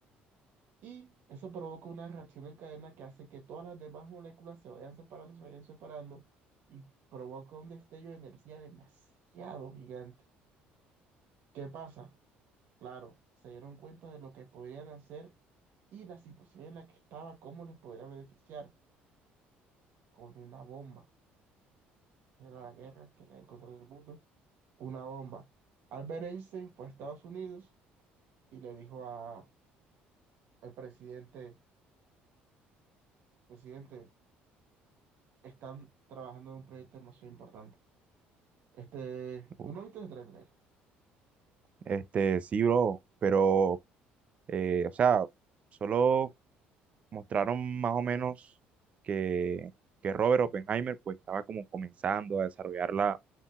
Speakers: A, on the right; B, on the right.
A: y eso provoca una reacción en cadena que hace que todas las demás moléculas se vayan separando, se vayan separando y provoca un destello de energía demasiado gigante. ¿Qué pasa? Claro, se dieron cuenta de lo que podrían hacer y la situación en la que estaba, cómo les podría beneficiar con una bomba. de la guerra, que era el control del mundo, una bomba. Albert Einstein fue a Estados Unidos y le dijo a, al presidente, presidente, están trabajando en un proyecto demasiado importante. Este,
B: Uf.
A: ¿tú no viste el tráiler?
B: Este, sí, bro, pero, eh, o sea, solo mostraron más o menos que, que Robert Oppenheimer pues estaba como comenzando a desarrollar la